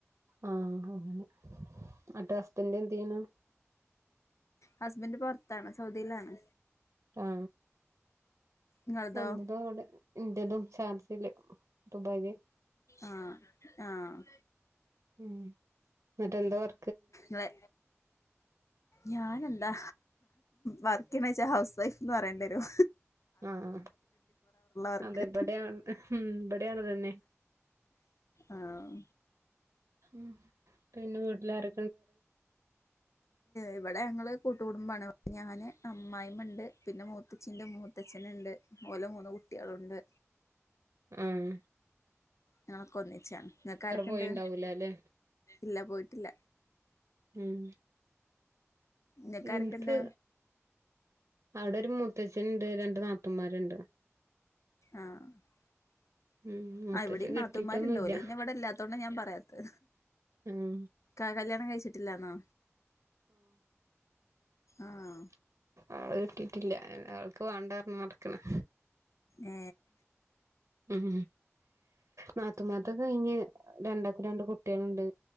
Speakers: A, on the right (about 70°); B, on the left (about 75°).
A: ആ അങ്ങനെ ആട്ടെ ഹസ്ബൻറ് എന്തെയ്യണു
B: ഹസ്ബെന്റ് പൊറത്താണ് സൗദിയിലാണ്
A: ആ
B: നിങ്ങളതോ
A: എന്റതും അവിടെ എന്റതും ചാൻസില് ദുബായില്
B: ആഹ് ആഹ്
A: മ് മറ്റേന്തോർ
B: അതെ ഞാൻ എന്താ വർക്കെയ്യണേച്ചാ ഹൗസ് വൈഫ്ന്ന് പറേണ്ടിവരും
A: ആ ആ
B: വർക്ക്
A: അതെവടെയാ ഉം ഇവിടെയത് തന്നെ
B: ആഹ്
A: മ് പിന്നെ വീട്ടിലാര്
B: ഇവിടെ ങ്ങള് കു ട്ടുകുടുംബമാണ് ഞാന് അമ്മായിമ്മണ്ട് പിന്നെ മൂത്തച്ഛിന്റെ മൂത്തച്ഛനുണ്ട് ഓലെ മൂന്ന്കുട്ടിയ തുണ്ട്
A: ആഹ
B: ഞങ്ങളൊക്കെ ഒന്നിച്ചാണ് നിങ്ങക്കാരൊക്കെ
A: പോയിണ്ടാവൂല
B: ഇണ്ട്
A: ല്ലേ
B: ഇല്ല പോയിട്ടില്ല
A: ഉം
B: ഇങ്ങക്കാരൊക്കെ
A: ഇൻക്ക്
B: ഇണ്ട്
A: അവിടെ ഒരു മൂത്തച്ഛന്ണ്ട് രണ്ട് നാത്തൂന്മാരുണ്ട്
B: ആഹ
A: ഉം മൂത്തച്ഛൻ
B: ഇവിടെ
A: കെട്ടിട്ടൊന്നുല്ല
B: നാത്തൂന്മാരുണ്ട് ഓല് പിന്നെ ഇവിടെ ഇല്ലാത്തോണ്ട ഞാൻ പറ പത്ത്
A: ഉം
B: ക കല്യാണം കഴിച്ചിട്ടില്ലന്നോ ആഹ
A: <unintelligible> കിട്ടിട്ടില്ല അവൾക്ക് വാണ്ട പറഞ്ഞ നടക്കണേ
B: ഏ
A: ഉം നാത്തുമാരത്തൊക്കെ കഴിഞ്ഞ് രണ്ടാക്കും രണ്ട് കുട്ടികളുണ്ട്